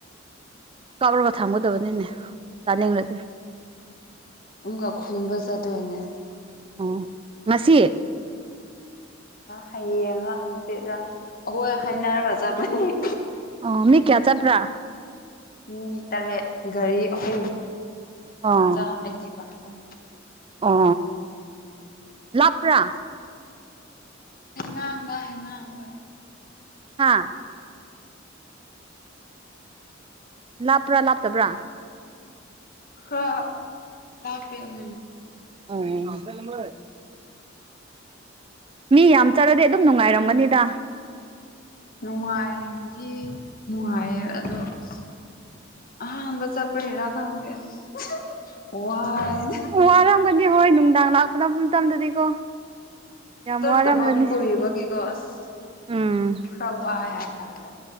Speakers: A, on the right; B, on the left.
A: ꯀꯛꯔꯒ ꯊꯥꯡꯒꯗꯕꯅꯤꯅꯦ ꯆꯥꯅꯤꯡꯂꯗꯤ
B: ꯑꯃꯨꯛꯀ ꯈꯨꯟꯕ ꯆꯠꯇꯣꯏꯅꯦ
A: ꯑꯪ ꯉꯁꯤ
B: ꯍꯌꯦꯡꯔ ꯍꯪꯆꯤꯠꯂ ꯑꯩꯈꯣꯏ ꯍꯥꯏꯩꯅꯔꯒ ꯆꯠꯄꯅꯤ
A: ꯑꯣ ꯃꯤ ꯀꯌꯥ ꯆꯠꯄ꯭ꯔ
B: ꯃꯤ ꯇꯔꯦꯠ ꯒꯥꯔꯤ ꯑꯍꯨꯝ
A: ꯑꯣ
B: ꯃꯆꯥ ꯑꯩꯇꯤꯄꯥ ꯑꯍꯨꯝ
A: ꯑꯣ ꯂꯞꯄ꯭ꯔ
B: ꯍꯩꯉꯥꯡꯗ ꯍꯩꯉꯥꯡꯗ
A: ꯍꯥꯥ ꯂꯥꯞꯄ꯭ꯔꯥ ꯂꯥꯞꯇꯕ꯭ꯔꯥ
B: ꯈꯔ ꯂꯞꯄꯦ ꯎꯝ
A: ꯑꯪ ꯃꯤ ꯌꯥꯝ ꯆꯠꯂꯗꯤ ꯑꯗꯨꯝ ꯅꯨꯡꯉꯥꯏꯔꯝꯒꯅꯤꯗ
B: ꯅꯨꯡꯉꯥꯏꯗꯤ ꯅꯨꯡꯉꯥꯏꯌꯦ ꯑꯗꯣ ꯑꯁ ꯑꯍꯥꯟꯕ ꯆꯠꯄ ꯈꯪꯗꯦ ꯑꯁ ꯎꯍꯝ ꯋꯥꯏꯑꯦꯗ
A: ꯋꯥꯔꯝꯒꯅꯤ ꯍꯣꯏ ꯅꯨꯡꯗꯥꯡ ꯂꯥꯛꯄ ꯃꯇꯝꯗꯗꯤꯀꯣ ꯌꯥꯝ
B: ꯆꯠꯇꯕꯕꯨ
A: ꯋꯥꯔꯝꯒꯅꯤ
B: ꯀꯨꯏꯕꯒꯤꯀꯣ ꯑꯁ
A: ꯎꯝ
B: ꯈꯔ ꯋꯥꯏ ꯍꯥꯏꯇꯥꯔꯦ